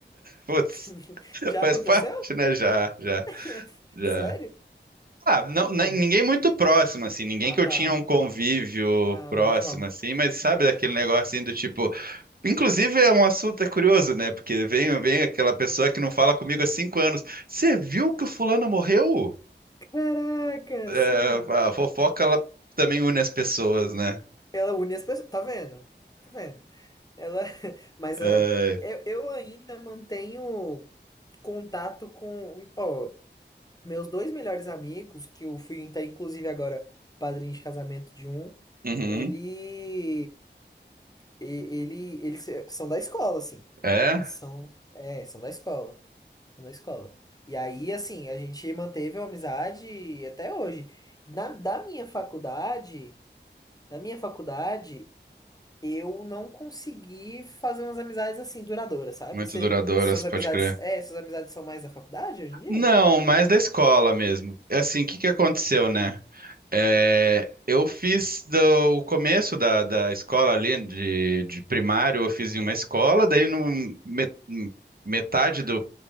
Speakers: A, on the right (about 55°); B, on the left (about 20°).
A: Putz,
B: <laughs>
A: <laughs>
B: Já
A: faz
B: aconteceu?
A: parte, né, já, já.
B: <laughs>
A: Já.
B: Sério?
A: Ah, não, nem-
B: Ô, meu...
A: ninguém muito próximo, assim, ninguém
B: Ah,
A: que
B: tá.
A: eu tinha um convívio
B: Ah,
A: próximo,
B: menos mal.
A: assim, mas sabe daquele negócio assim do tipo. Inclusive é um assunto, é curioso, né? Porque vem, vem aquela pessoa que não fala comigo há cinco anos. Você viu que o fulano morreu?
B: Caraca,
A: É,
B: sim.
A: a fofoca, ela também une as pessoas, né?
B: Ela une as pessoas. Tá vendo? Tá vendo? Ela. <laughs> Mas
A: É,
B: ah, eu, eu ainda mantenho contato com. Ó, meus dois melhores amigos, que eu fui, tá, inclusive, agora padrinho de casamento de um,
A: uhum,
B: ele. e- Ele. Eles são da escola, assim.
A: é,
B: São. É, são da escola. na escola. E aí, assim, a gente manteve a amizade até hoje. Na, da minha faculdade, da minha faculdade, eu não consegui fazer umas amizades assim duradouras, sabe?
A: muito
B: Cê,
A: duradouras,
B: suas
A: pode
B: amizades,
A: crer.
B: é, suas amizades são mais da faculdade hoje em dia?
A: Não, mais da escola mesmo. É assim, o que que aconteceu, né? É, eu fiz do- o começo da, da escola ali, de, de primário, eu fiz em uma escola, daí no me- metade do